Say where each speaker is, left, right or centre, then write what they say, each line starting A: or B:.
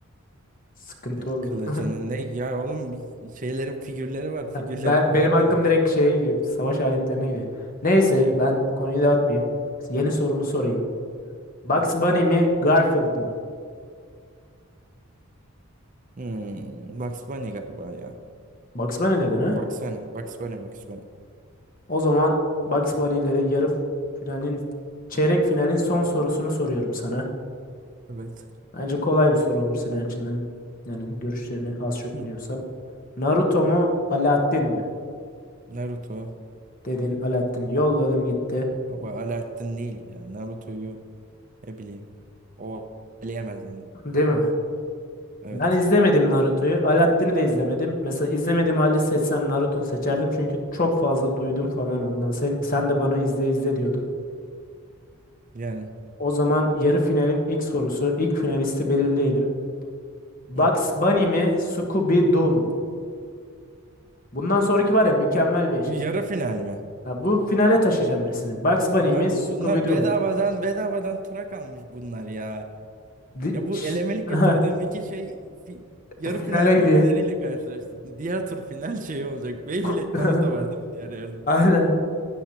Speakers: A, on the left; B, on the right.
A: Sıkıntı
B: Ya
A: olur.
B: Kılıcının
A: <laughs>
B: ne ya oğlum şeyleri figürleri var figürleri
A: Ben,
B: falan
A: benim hakkım
B: da alırdım.
A: direkt şeye gidiyor. Savaş aletlerine gidiyor. Neyse
B: Yok.
A: ben konuyu dağıtmayayım. Yeni sorumu sorayım. Bugs
B: Hı.
A: Bunny mi Garfield mı?
B: Hmm. Bugs Bunny galiba ya.
A: Bugs Bunny dedin ha?
B: Bugs Bunny, Bugs Bunny, Bugs Bunny.
A: O zaman Bugs Bunny ile de yarı finalin çeyrek finalin son sorusunu soruyorum sana.
B: Evet.
A: Bence kolay bir soru olur senin açından. Yani görüşlerini az çok
B: Hı.
A: biliyorsam. Naruto mu Alaaddin mi?
B: Naruto.
A: Dedin Alaaddin'i yolladım
B: Hı.
A: gitti.
B: Baba Alaaddin değil ya. Naruto'yu ne bileyim. O eleyemez yani.
A: Değil mi?
B: Evet.
A: Ben izlemedim Naruto'yu. Alaaddin'i de izlemedim. Mesela izlemediğim halde seçsem Naruto seçerdim. Çünkü çok fazla duydum falan ondan. Sen, sen de bana izle izle diyordun.
B: Yani.
A: O zaman yarı finalin ilk sorusu. ilk finalisti belirleyelim. Bugs
B: Hı.
A: Bunny mi Scooby-Doo mu? Bundan sonraki var ya mükemmel bir eşleşme.
B: Bu yarı final mi?
A: Ha, bu finale taşıyacağım birisini. Bugs Bunny
B: Bunlar,
A: mi Scooby-Doo
B: bunlar bedavadan bedavadan tura kalmış bunlar ya.
A: Di-
B: Ya bu elemelik
A: <laughs>
B: götürdüğüm iki şey fi- yarı
A: Finale
B: finalde
A: gidiyor.
B: birbirleriyle karşılaştı. Diğer tur final şeyi olacak. Beyblade
A: Ku- <laughs>
B: Naruto var değil mi diğer yarın?
A: Aynen.